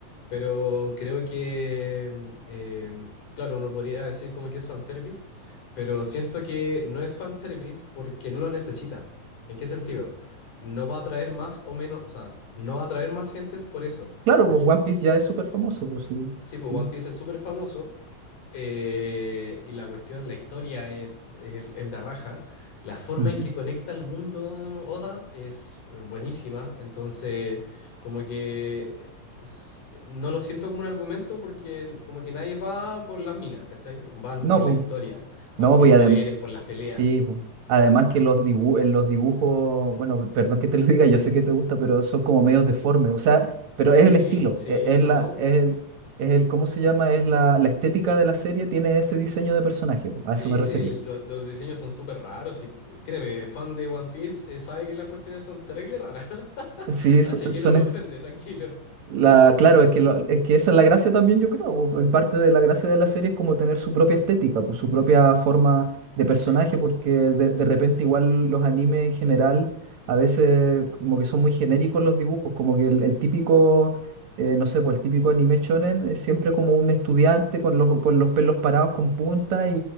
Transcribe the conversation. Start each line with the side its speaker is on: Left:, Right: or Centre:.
Left: pero creo que, mm, eh, claro, uno podría decir como que es fanservice, pero siento que no es fanservice porque no lo necesita. ¿En qué sentido? No va a atraer más o menos, o sea, no va a atraer más gentes por eso.
Right: Claro,
Left: La
Right: pues,
Left: gen-
Right: One Piece ya es súper famoso, pues sí.
Left: Sí, pues
Right: sí.
Left: One Piece es súper famoso eh, y la cuestión, la historia es, es el, el de raja. La forma
Right: Ujú.
Left: en que conecta el mundo Oda es eh, buenísima. Entonces, como que s- no lo siento como un argumento porque como que nadie va por las minas, ¿cachai? Van
Right: No,
Left: por
Right: pues.
Left: la historia, van
Right: No,
Left: por
Right: pues
Left: los poderes,
Right: y
Left: por las peleas.
Right: sí, pues. Además que los dibu- en los dibujos, bueno, perdón que te lo <laughs> diga, yo sé que te gusta, pero son como medios deformes. O sea, pero es
Left: Sí,
Right: el estilo,
Left: sí,
Right: e- es,
Left: no.
Right: la, es el, es el, ¿cómo se llama? Es la, la estética de la serie, tiene ese diseño de personaje, pues, a
Left: Sí,
Right: eso me refería.
Left: sí, lo- los diseños son súper raros y créeme, fan de One Piece eh, sabe que las cuestiones son terrible raras, <laughs>
Right: Sí,
Left: así
Right: so-
Left: que
Right: son
Left: no me ofende, tranquilo.
Right: La, claro, es que, lo- es que esa es la gracia también, yo creo. po. En parte de la gracia de la serie es como tener su propia estética, pues, su propia
Left: Sí,
Right: forma de personaje,
Left: Sí,
Right: porque de, de repente igual los animes en general a veces como que son muy genéricos los dibujos, como que el, el típico, eh, no sé, pues el típico anime shonen es siempre como un estudiante con los, con los pelos parados con punta y,